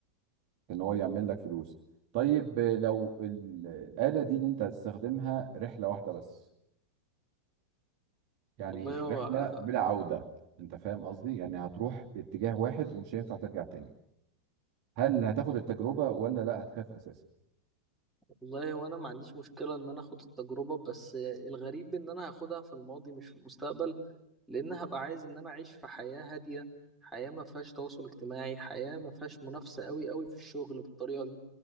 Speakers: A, on the right; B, in the centre.
A: ان هو يعمل لك فلوس طيب لو الآلة دي اللي انت هتستخدمها رحلة واحدة بس يعني
B: والله هو
A: رحلة بلا عودة انت فاهم قصدي يعني هتروح باتجاه واحد ومش هينفع ترجع تاني هل هتاخد التجربة ولا لا هتخاف اساسا
B: والله وانا ما عنديش مشكلة ان انا اخد التجربة بس الغريب ان انا هاخدها في الماضي مش في المستقبل لان هبقى عايز ان انا اعيش في حياة هادية حياة ما فيهاش تواصل اجتماعي حياة ما فيهاش منافسة قوي قوي في الشغل بالطريقة دي